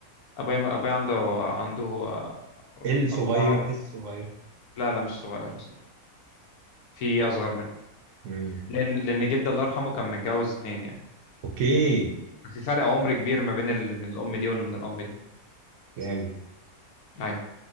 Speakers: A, on the left; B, on the right.
A: ابويا ابويا عنده عنده آه،
B: الصغير
A: أربعة
B: الصغير
A: لا لا مش صغير في أصغر منه
B: مم.
A: لأن لأن جدي الله يرحمه كان متجوز اتنين يعني
B: اوكي
A: في فرق عمر كبير ما بين ال... من الأم دي واللي من الأم دي
B: يعني
A: أيوه